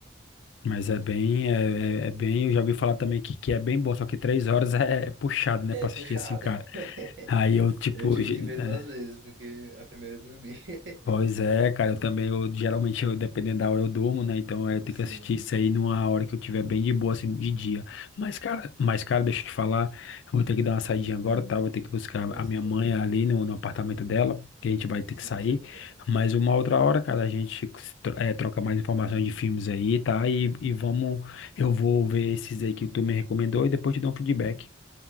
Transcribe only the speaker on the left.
Mas é bem, é, é é bem, eu já ouvi falar também que, que é bem bom, só que três horas é, é puxado, né,
pra assistir
assim, cara.
Aí eu, tipo,
<laughs>
Pois é, cara, eu também, eu, geralmente, eu, dependendo da hora eu durmo, né, então é, eu tenho
que assistir isso aí numa hora que eu tiver bem de boa, assim, de dia. Mas, cara, mas, cara, deixa eu te falar, eu vou ter que dar uma saidinha agora, tá, vou ter que buscar
a
minha
mãe ali no, no apartamento dela, que a gente vai ter
que sair,
mas uma outra hora, cara, a gente tro- eh, troca mais informações de filmes aí, tá, e, e vamos, eu vou ver esses aí que tu me recomendou e depois te dou um feedback.